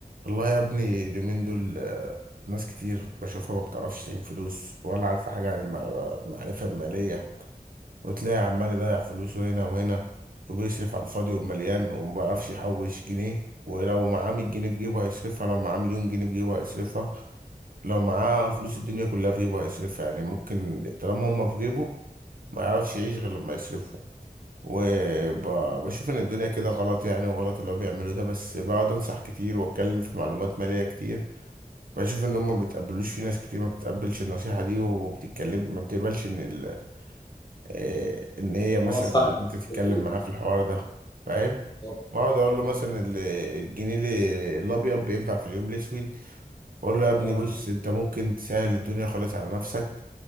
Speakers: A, on the right (about 65°); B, on the left (about 30°).
A: والله يا ابني اليومين دول آه، ناس كتير بشوفها ما بتعرفش تعين فلوس ولا عارفة حاجة عن المع- المعرفة المالية وتلاقي عمال يضيع فلوسه هنا وهنا وبيصرف على الفاضي ومليان وما بيعرفش يحوش جنيه ولو معاه 100 جنيه في جيبه هيصرفها لو معاه مليون جنيه في جيبه هيصرفها لو معاه فلوس الدنيا كلها في جيبه هيصرفها يعني ممكن طالما هما في جيبه ما يعرفش يعيش غير لما يصرفهم وبشوف ان الدنيا كده غلط يعني وغلط اللي هو بيعمله ده بس بقعد انصح كتير واتكلم في معلومات مالية كتير بشوف ان هم ما بيتقبلوش في ناس كتير ما بتتقبلش النصيحه دي وبتتكلم ما بتقبلش ان ال... آه، ان هي مثلا
B: اه صح
A: إن انت تتكلم
B: مظبوط
A: معاه في الحوار ده فاهم
B: آه،
A: بقعد اقول له مثلا ال- الجنيه ال- الابيض بينفع في اليوم الاسود بقول له يا ابني
B: صح
A: بص انت ممكن تسهل الدنيا خالص على نفسك